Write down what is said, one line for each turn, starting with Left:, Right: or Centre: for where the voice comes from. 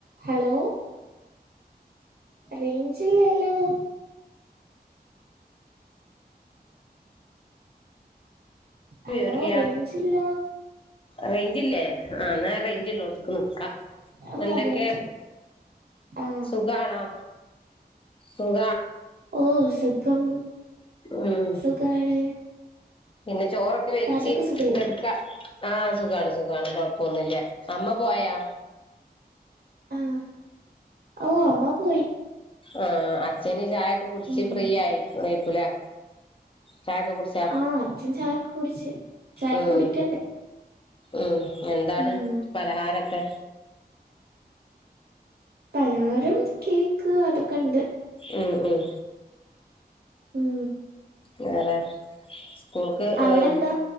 Right: Hello റേഞ്ചില്ലല്ലോ hello
Left: വിവരില്ല
Right: range ഇല്ല
Left: റേഞ്ചില്ലേ ആന്നാ റേഞ്ച്ള്ളോടത്തക്ക് നിക്കാം
Right: ആ
Left: എന്തൊക്കെ
Right: റേഞ്ച് ആ
Left: സുഖാണോ സുഖാ
Right: ഓ സുഖം
Left: ഉം
Right: സുഖാണ്
Left: പിന്നെ ചോറൊക്കെ വെച്ച്
Right: താത്തക്ക് സുഖല്ലേ
Left: ഇതെടുക്കാ ആ സുഖാണ് സുഖാണ് പോന്നില്ല അമ്മ പോയാ
Right: ആ ഓ അമ്മ പോയി
Left: ആ അച്ഛന് ചായൊക്കെ കുടിച്ച്
Right: ഉം
Left: ഫ്രീ ആയിരിക്കൂല്ലേ ചായക്കോ കുടിച്ചാ
Right: ആ അച്ഛൻ ചായക്ക് കുടിച്ച് ചായക്ക്
Left: ഉം
Right: കുടിക്കണ്ട്
Left: ഉം എന്താണ്
Right: ഉം
Left: പലഹാരൊക്കെ
Right: പലഹാരും കേക്ക് അതൊക്കെ ഉണ്ട്
Left: മം മം
Right: ഉം
Left: വേറെ സ്കൂൾക്ക്
Right: അവിടെ
Left: ഉം
Right: എന്താ